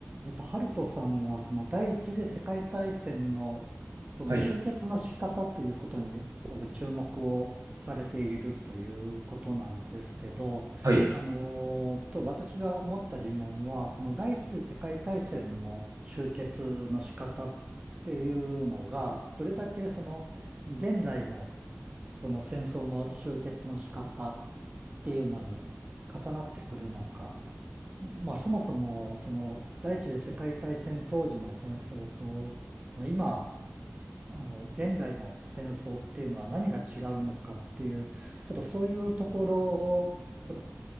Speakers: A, on the right; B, on the right.
A: えっと、ハルトさんは、その第一次世界大戦の、その終結の仕方ということに、
B: はい。
A: すごく注目をされているということなんですけど、
B: はい。
A: あの、ちょっと私が思った疑問は、その第一次世界大戦の終結の仕方っていうのが、どれだけその、現在のその戦争の終結の仕方っていうのに重なってくるのか、まあ、そもそも、その、第一次世界大戦当時の戦争と、まあ、今、あの、現代の戦争っていうのは何が違うのかっていう、ちょっとそういうところを、ちょっと、